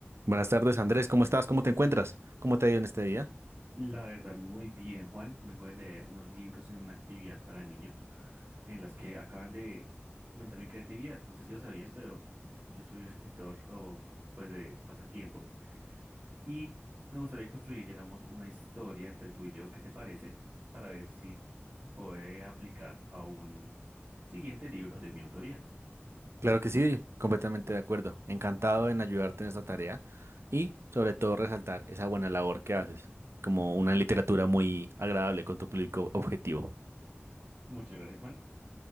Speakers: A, on the right; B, on the right.
A: Buenas tardes, Andrés. ¿Cómo estás? ¿Cómo te encuentras? ¿Cómo te ha ido en este día?
B: La verdad, muy bien, Juan. Vengo de leer unos libros en una actividad para niños en las que acaban de aumentar mi creatividad. No sé si lo sabías, pero yo soy un escritor o pues de pasatiempo y me gustaría que construyéramos una historia entre tú y yo. ¿Qué te parece? Para ver si puede aplicar a un siguiente libro de mi autoría.
A: Claro que sí, completamente de acuerdo. Encantado en ayudarte en esta tarea y sobre todo resaltar esa buena labor que haces, como
B: Pu-
A: una literatura muy agradable con tu público objetivo.
B: Muchas gracias, Juan.